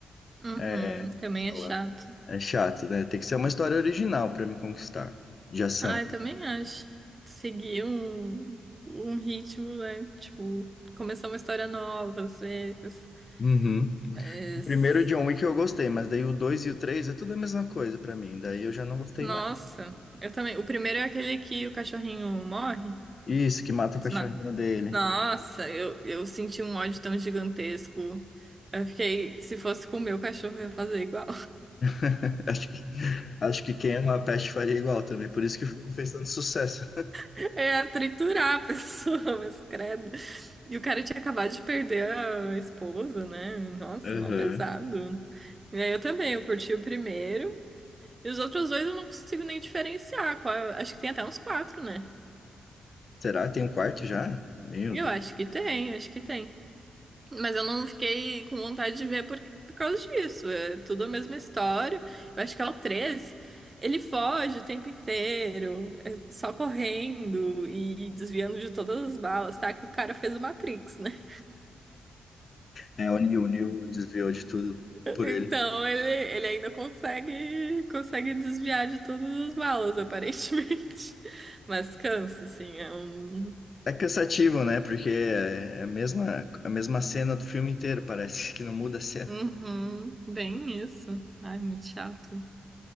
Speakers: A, on the right; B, on the left.
A: Uhum,
B: é,
A: também
B: sei
A: é
B: lá,
A: chato.
B: é chato, né? Tem que ser uma história original pra me conquistar, de ação.
A: Ah, eu também acho. Seguir um, um ritmo, né? Tipo, começar uma história nova às vezes.
B: Uhum.
A: Mas,
B: O primeiro John Wick eu gostei, mas daí o 2 e o 3 é tudo a mesma coisa pra mim, daí eu já não gostei
A: nossa,
B: mais.
A: eu também. O primeiro é aquele que o cachorrinho morre,
B: Isso, que mata
A: eles
B: o cachorrinho
A: matam.
B: dele.
A: Nossa, eu, eu senti um ódio tão gigantesco. Eu fiquei, se fosse com o meu cachorro, eu ia fazer igual.
B: <laughs> Acho que, acho que quem ama a peste faria igual também, por isso que fez tanto sucesso.
A: É triturar a pessoa, <laughs> mas credo. E o cara tinha acabado de perder a esposa, né? Nossa,
B: Uhum.
A: mal pesado. E aí eu também, eu curti o primeiro. E os outros dois eu não consigo nem diferenciar. Qual- Acho que tem até uns quatro, né?
B: Será? Tem um quarto já? Meu
A: Eu
B: Deus.
A: acho que tem, acho que tem. Mas eu não fiquei com vontade de ver por, por causa disso. É tudo a mesma história. Eu acho que é o três Ele foge o tempo inteiro, é só correndo e desviando de todas as balas, tá? Que o cara fez o Matrix, né?
B: É, o Neil, o Neil desviou de tudo
A: <laughs>
B: por
A: Então
B: ele.
A: ele, ele ainda consegue, consegue desviar de todas as balas, aparentemente. <laughs> Mas cansa, assim, é um.
B: É cansativo, né? Porque é a mesma, a mesma cena do filme inteiro, parece que não muda a cena.
A: Uhum, bem isso. Ai, muito chato.